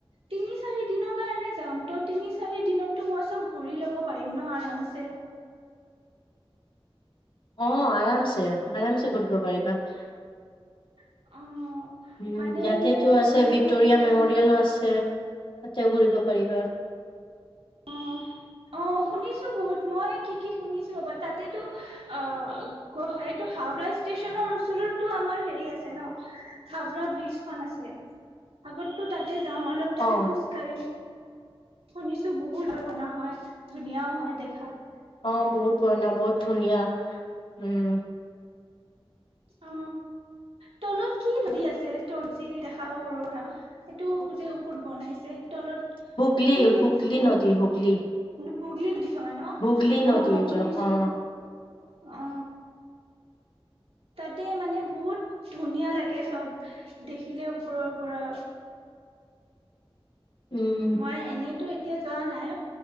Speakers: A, on the right (about 80°); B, on the left (about 60°).
A: তিনি চাৰি দিনৰ কাৰণে যাম ত' তিনি চাৰি দিনতটো মই চব ঘূৰি ল'ব পাৰিম ন আৰামছে।
B: অ আৰামছে আৰামছে ঘূৰিব পাৰিবা। উ'ম
A: অ মানে
B: ইয়াতেতটো
A: মোৰ
B: আছে
A: আৰু
B: ভিক্টৰিয়া
A: এটা
B: মেমৰিয়েলো আছে। তাতে ঘূৰিব পাৰিবা।
A: অ অ শুনিছো বহুত মই কি কি শুনিছো ৰবা তাতেটো অ', এইটো হাওৰা ষ্টেচনৰ ওচৰতো আমাৰ হেৰি আছে ন হাওৰা ব্ৰিজখন আছে আগতো তাত তাতে যাম অলপ তাতে
B: অ
A: খোজকাঢ়িম শুনিছো বহুত ডাঙৰ হয় ধুনীয়াও হয় দেখাত।
B: অ বহুত পুৰণা বহুত ধুনীয়া উম
A: অ তলত কি দি আছে তল যি দেখা উৰৰা সেইটো যে ওপৰত বনাইছে তলত
B: হুগলী
A: এই
B: হুগলী
A: হল
B: নদী হুগলী
A: হুগলী ন
B: হুগলী নদী
A: অ
B: এইটো
A: শুনিছো
B: অ
A: অ তাতে মানে বহুত ধুনীয়া লাগে চব দেখিলে ওপৰৰ পৰা
B: উম
A: মই এনেইতো এতিয়া যোৱা নাই